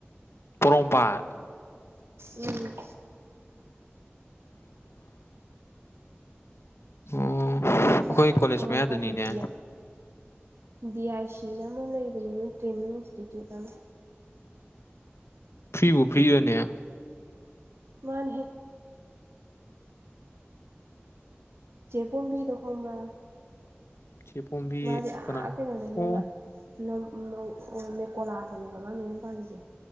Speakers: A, on the left; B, on the right.
A: ꯄꯣꯔꯣꯡꯄꯥꯠ
B: ꯎꯝ꯫
A: ꯑꯣ
B: ꯄꯣꯔꯣꯝꯄꯥꯠꯇ
A: ꯑꯩꯈꯣꯏ ꯀꯣꯂꯦꯖ
B: ꯄꯣꯔꯣꯝꯄꯥꯠꯇꯗꯤ
A: ꯃꯌꯥꯗꯅꯤꯅꯦ
B: ꯗꯤ ꯑꯥꯏ ꯁꯤꯅ ꯑꯃ ꯂꯩ ꯀꯩꯅꫭ ꯃꯥ ꯇ꯭ꯔꯦꯅꯤꯡ ꯏꯟꯇꯤꯇꯌꯨꯠ ꯑꯃ
A: ꯐ꯭ꯔꯤꯕꯨ ꯐ꯭ꯔꯤ ꯔꯥꯅꯦ
B: ꯃꯥꯅꯤꯍꯦ ꯆꯦ ꯇꫭꯝꯕꯤꯗꯣ ꯈꯪꯕ꯭ꯔꯥ
A: ꯆꯦꯄꯣꯝꯕꯤ
B: ꯃꯥꯁꯦ
A: ꯀꯅꯥ
B: ꯑ ꯀꯩꯅꯣꯗꯩꯅꯦꯕ
A: ꯑꯣ
B: ꯅꯥꯝ ꯃꯧ ꯑꫭ ꯃꯦꯀꯣꯂꯥꯗꯅꯦꯕ ꯃꯥ ꯃꯌꯨꯝ ꯄꯥꯜꯂꯤꯁꯦ